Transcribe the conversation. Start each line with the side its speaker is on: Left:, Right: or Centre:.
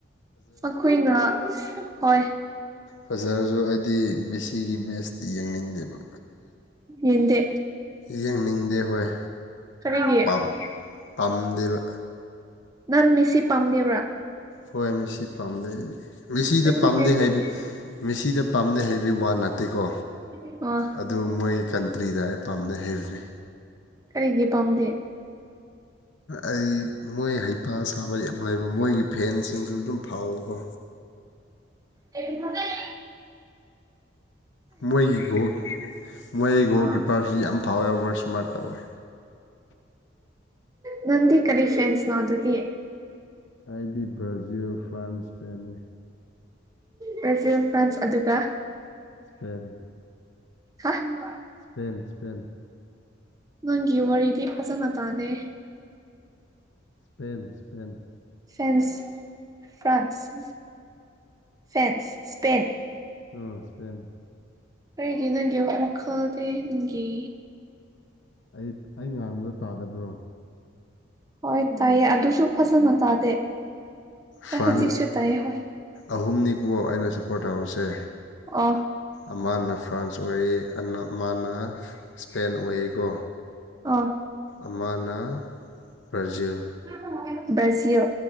Right: ꯑꯩꯈꯣꯏꯅꯥ ꯍꯣꯏ
Left: ꯐꯖꯔꯖꯨ ꯑꯩꯗꯤ ꯃꯦꯁꯤꯒꯤ ꯃꯦꯠꯁꯇꯤ ꯌꯦꯡꯅꯤꯡꯗꯦꯕꯥ
Right: ꯌꯦꯟꯗꯦ
Left: ꯌꯦꯡꯅꯤꯡꯗꯦ ꯍꯣꯏ
Right: ꯀꯔꯤꯒꯤ
Left: ꯄꯥꯝ ꯄꯥꯝꯗꯦꯕ
Right: ꯅꯪ ꯃꯤꯁꯤ ꯄꯥꯝꯗꯦꯕ꯭ꯔꯥ
Left: ꯍꯣꯏ ꯃꯦꯁꯤ ꯄꯥꯝꯗꯦ ꯃꯦꯁꯤꯗꯤ
Right: ꯅꯪꯒꯤ
Left: ꯄꯥꯝꯗꯦ
Right: ꯐꯦꯟꯁ
Left: ꯍꯥꯏꯕ ꯃꯦꯁꯤꯗꯣ ꯄꯥꯝꯗꯦ ꯍꯩꯕ ꯋꯥ ꯅꯠꯇꯦꯀꯣ
Right: <unintelligible> ꯑꯣ
Left: ꯑꯗꯨ ꯃꯣꯏ ꯀꯟꯇ꯭ꯔꯤ ꯗꯥꯏꯔꯦꯛ ꯄꯥꯝꯗꯦ ꯍꯩꯕꯅꯦ
Right: ꯀꯩꯒꯤ ꯄꯥꯝꯗꯦ
Left: ꯑꯩ ꯃꯣꯏ ꯍꯩꯄꯥ ꯁꯥꯕ ꯌꯥꯝ ꯂꯩꯕ ꯃꯈꯣꯏꯒꯤ ꯐꯦꯟꯁꯤꯡꯁꯨ ꯑꯗꯨꯝ ꯐꯥꯎꯕꯀꯣ
Right: ꯑꯦꯔꯥꯡꯒ ꯑꯦ
Left: ꯃꯣꯏꯒꯤ ꯒꯣꯍꯣꯛ ꯃꯣꯏꯒꯤ ꯒꯣꯍꯣꯛꯀꯤ
Right: ꯑꯥ
Left: ꯄꯥꯔꯁꯤ ꯌꯥꯝꯅ ꯐꯥꯎꯋꯔ ꯕꯔꯁꯃꯥꯔꯠ ꯇꯧꯋꯦ
Right: ꯅꯪꯗꯤ ꯀꯔꯤ ꯐꯦꯟꯁ ꯅꯣ ꯑꯗꯨꯗꯤ
Left: ꯑꯩꯥꯗꯤ ꯕ꯭ꯔꯥꯖꯤꯜ ꯐꯦꯟꯁ ꯄꯦꯅꯤ
Right: ꯕ꯭ꯔꯖꯤꯜ ꯐꯦꯟꯁ ꯑꯗꯨꯒ
Left: ꯊꯦꯟ
Right: ꯍꯥꯍ
Left: ꯄꯦꯟ ꯁ꯭ꯄꯦꯟ
Right: ꯅꯪꯒꯤ ꯋꯥꯔꯤꯗꯤ ꯐꯖꯅ ꯇꯥꯗꯦ
Left: Spain Spain
Right: friends France fans Spain
Left: ꯑ ꯁ꯭ꯄꯦꯟ
Right: ꯑꯩꯒꯤ ꯅꯪꯒꯤ ꯋꯥꯈꯜꯗꯤ ꯅꯪꯒꯤ
Left: ꯑꯩ ꯑꯩ ꯉꯥꯡꯕꯗꯣ ꯇꯥꯗꯕ꯭ꯔꯣ
Right: ꯍꯣꯏ ꯇꯥꯏꯌꯦ ꯑꯗꯨꯁꯨ ꯐꯖꯅ ꯇꯥꯗꯦ
Left: ꯐ꯭ꯔꯥꯟꯁ
Right: ꯑꯦ ꯍꯨꯖꯤꯛꯁꯨ ꯇꯥꯏꯌꯦ ꯍꯣꯏ
Left: ꯑꯍꯨꯝꯅꯤꯀꯣ ꯑꯩꯅ ꯁꯞꯄꯣꯔꯠ ꯇꯧꯕꯁꯦ
Right: ꯑ
Left: ꯑꯃꯅ ꯐ꯭ꯔꯥꯟꯁ ꯑꯣꯏꯌꯦ ꯑꯅ ꯑꯃꯅ ꯏꯁꯄꯦꯟ ꯑꯣꯏꯌꯦꯀꯣ
Right: ꯑꯥ
Left: ꯑꯃꯅ ꯄ꯭ꯔꯖꯤꯜ
Right: ꯉꯥ ꯊꯣꯡꯕ ꯀꯩꯅꯣ ꯕ꯭ꯔꯥꯖꯤꯜ